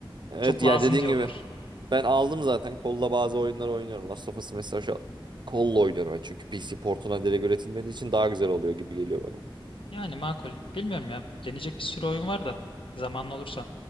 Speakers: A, on the right; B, on the left.
A: Evet
B: Çok lazım
A: yani dediğin
B: diyorlar.
A: gibi. Ben aldım zaten. Kolla bazı oyunlar oynuyorum. Last of Us mesela şu an kolla oynuyorum ben. Çünkü PC portuna direkt üretilmediği için daha güzel oluyor gibi geliyor bana.
B: Yani makul. Bilmiyorum ya. Deneyecek bir sürü oyun var da. Zamanlı olursa.